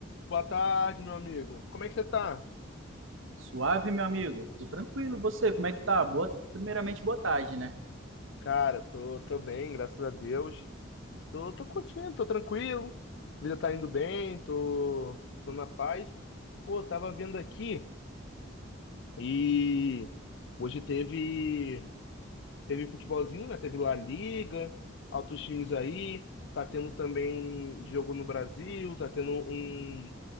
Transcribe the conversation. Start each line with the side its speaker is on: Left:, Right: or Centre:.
Left: Boa tarde, meu amigo. Como é que você tá?
Right: Suave, meu amigo. Tô tranquilo. Você, como é que tá? Boa... Primeiramente, boa tarde, né?
Left: Cara, tô, tô bem, graças a Deus. Tô, tô curtindo, tô tranquilo. A vida tá indo bem, tô, tô na paz. Pô, tava vendo aqui e hoje teve, teve futebolzinho, né? Teve La Liga, altos times aí. Tá tendo também jogo no Brasil, tá tendo um.